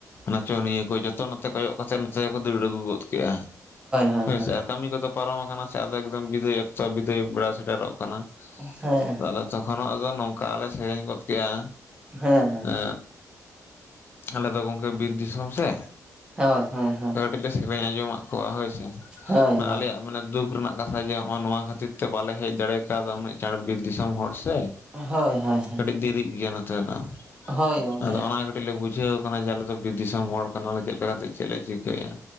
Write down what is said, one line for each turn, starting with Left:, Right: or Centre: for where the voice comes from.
Left: ᱱᱟᱪᱚᱱᱤᱭᱟᱹ ᱠᱚ ᱡᱚᱛᱚ ᱱᱚᱛᱮ ᱠᱚᱭᱚᱜ ᱠᱟᱛᱮᱜ ᱱᱚᱛᱮᱠᱚ ᱫᱟᱹᱲ ᱟᱹᱜᱩ ᱜᱚᱫ ᱠᱮᱫᱮᱜᱼᱟ᱾
Right: ᱦᱳᱭ
Left: ᱦᱳᱭᱥᱮ
Right: ᱦᱳᱭ ᱦᱳᱭ
Left: ᱠᱟᱹᱢᱤ ᱠᱚᱫᱚ ᱯᱟᱨᱚᱢ ᱟᱠᱟᱱᱟ ᱥᱮ ᱟᱫᱚ ᱮᱠᱫᱚᱢ ᱵᱤᱫᱟᱹᱭ ᱚᱠᱛᱚ ᱵᱤᱫᱟᱹᱭ ᱵᱮᱲᱟ ᱥᱮᱴᱮᱨᱚᱜ ᱠᱟᱱᱟ᱾
Right: ᱦᱮᱸ
Left: ᱟᱦᱞᱮ ᱡᱚᱠᱷᱚᱱᱟᱜ ᱫᱚ ᱱᱚᱝᱠᱟᱞ ᱞᱮ ᱥᱮᱨᱮᱧ ᱜᱚᱫ ᱠᱮᱫᱼᱟ
Right: ᱦᱮᱸ ᱦᱮᱸ
Left: ᱮ ᱟᱞᱮ ᱫᱚ ᱜᱚᱝᱠᱮ ᱵᱤᱨ ᱫᱤᱥᱚᱢ ᱥᱮ
Right: ᱦᱳᱭ ᱦᱳᱭ ᱦᱳᱭ
Left: <inaudible> ᱥᱮᱨᱮᱧ ᱟᱸᱡᱚᱢᱫ ᱠᱚᱣᱟ ᱦᱳᱭᱥᱮ
Right: ᱦᱳᱭ ᱦᱳᱭ
Left: ᱟᱞᱮᱭᱟᱜ ᱢᱟᱱᱮ ᱫᱩᱠ ᱨᱮᱱᱟᱜ ᱠᱟᱛᱷᱟ ᱜᱮ ᱦᱚᱸ ᱱᱚᱣᱟ ᱠᱷᱟᱹᱛᱤᱨ ᱛᱮ ᱵᱟᱞᱮ ᱦᱮᱡ ᱫᱟᱲᱮ ᱟᱠᱟᱣᱫᱟ ᱩᱱᱟᱹᱜ ᱪᱟᱬᱮ ᱵᱤᱨ ᱫᱤᱥᱚᱢ ᱦᱚᱲ ᱪᱮ
Right: ᱦᱳᱭ ᱦᱳᱭ ᱦᱳᱭ
Left: ᱫᱮᱨᱤᱜ ᱜᱮᱭᱟ ᱱᱚᱛᱮ ᱫᱚ
Right: ᱦᱳᱭ ᱜᱚᱝᱠᱮ
Left: ᱟᱫᱚ ᱚᱱᱟ ᱠᱟᱹᱴᱤ ᱠᱟᱹᱴᱤᱡ ᱞᱮ ᱵᱩᱡᱷᱟᱹᱣ ᱠᱟᱱᱟ ᱡᱮ ᱟᱞᱮ ᱫᱚ ᱵᱤᱨ ᱫᱤᱥᱚᱢ ᱦᱚᱲ ᱠᱟᱱᱟᱞᱮ ᱪᱮᱫ ᱞᱮᱠᱟᱛᱮ ᱪᱮᱫ ᱞᱮ ᱪᱤᱠᱟᱹᱭᱟ᱾